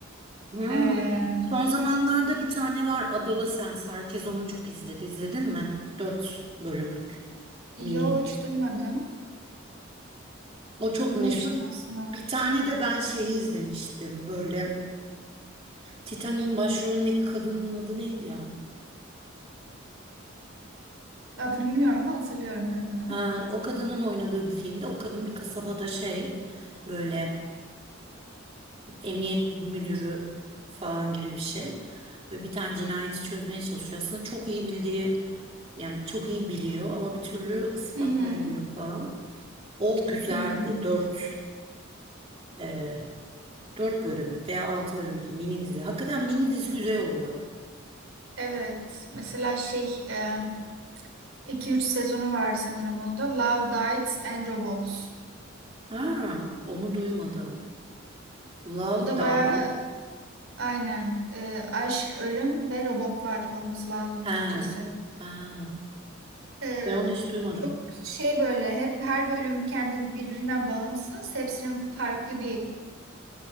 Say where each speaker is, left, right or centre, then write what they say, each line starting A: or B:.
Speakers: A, on the right; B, on the right.
A: Hmm.
B: Ee,
A: Son zamanlarda bir tane var Adolescence. Herkes onu çok izledi. İzledin mi? 4 bölümlük
B: yo
A: mini.
B: hiç duymadım.
A: O çok
B: Duymamıştım
A: meşhur.
B: aslında.
A: Bir tane de ben şeyi izlemiştim. Böyle Titanic'in başrolündeki kadının adı neydi ya?
B: Adını bilmiyorum ama hatırlıyorum kadını.
A: Ha, o kadının oynadığı bir filmde. O kadın bir kasabada şey böyle emniyet müdürü falan gibi bir şey. Böyle bir tane cinayeti çözmeye çalışıyor. Aslında çok iyi bildiği, yani çok iyi biliyor ama bir türlü ispatlayamıyor
B: Hı hı.
A: falan. O güzeldi.
B: Hmm.
A: Dört, e, dört bölümlük veya altı bölümlük bir mini dizi. Hakikaten mini dizi güzel oluyor.
B: Evet. Mesela şey e, iki üç sezonu var sanırım bunun da. Love, Death and Robots.
A: Ha, onu duymadım. Love
B: Bu da
A: Die.
B: bayağı aynen. e, aşk, ölüm ve robotlar olması lazım
A: Ha,
B: Türkçesi.
A: ha.
B: Ee,
A: Ben onu hiç duymadım.
B: çok şey böyle hep her bölüm kendi birbirinden bağımsız. Hepsinin farklı bir